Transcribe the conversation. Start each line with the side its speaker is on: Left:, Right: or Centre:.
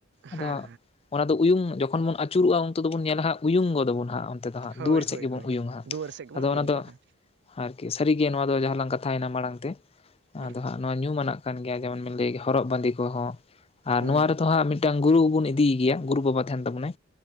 Left: ᱟᱫᱚ
Right: ᱦᱮᱸ
Left: ᱚᱱᱟ ᱫᱚ ᱩᱭᱩᱝ ᱡᱚᱠᱷᱚᱱ ᱵᱚᱱ ᱟᱹᱪᱩᱨᱚᱜᱼᱟ ᱚᱱᱛᱮ ᱫᱚᱵᱚᱱ ᱧᱮᱞᱟ ᱦᱟᱸᱜ ᱩᱭᱩᱝ ᱜᱚᱫᱟᱵᱚᱱ ᱦᱟᱸᱜ ᱛᱮᱫᱚ ᱦᱟᱸᱜ
Right: ᱦᱮᱸ ᱦᱳᱭ
Left: ᱫᱩᱣᱟᱹᱨ ᱥᱮᱫ
Right: ᱦᱳᱭ
Left: ᱜᱮᱵᱚᱱ
Right: ᱦᱳᱭ
Left: ᱩᱭᱩᱝᱟᱜ
Right: ᱫᱩᱣᱟᱹᱨ ᱥᱮᱫ ᱜᱮᱵᱚᱱ
Left: ᱟᱫᱚ
Right: ᱩᱭᱩᱝ
Left: ᱚᱱᱟ ᱫᱚ
Right: ᱜᱚᱫᱟ
Left: ᱟᱨᱠᱤ ᱥᱟᱹᱨᱤᱜᱮ ᱱᱚᱣᱟ ᱫᱚ ᱡᱟᱦᱟᱸ ᱞᱟᱝ ᱠᱟᱛᱷᱟᱭᱮᱱᱟ ᱢᱟᱲᱟᱝ ᱛᱮ
Right: ᱦᱩᱸ
Left: ᱟᱫᱚ ᱦᱟᱸᱜ ᱱᱚᱣᱟ ᱧᱩᱢᱟᱱᱟᱜ ᱠᱟᱱ ᱜᱮᱭᱟ ᱡᱮᱢᱚᱱ ᱞᱟᱹᱭ ᱦᱚᱨᱚᱜ ᱵᱟᱸᱫᱮ ᱠᱚᱦᱚᱸ ᱟᱨ
Right: ᱦᱩᱸ
Left: ᱱᱚᱣᱟ ᱛᱚ ᱦᱟᱸᱜ ᱢᱤᱫᱴᱟᱝ ᱜᱩᱨᱩ ᱵᱚᱱ ᱤᱫᱤᱭᱮ ᱜᱮᱭᱟ ᱜᱩᱨᱩ ᱵᱟᱵᱟ ᱛᱟᱦᱮᱱ ᱛᱟᱵᱚᱱᱟᱭ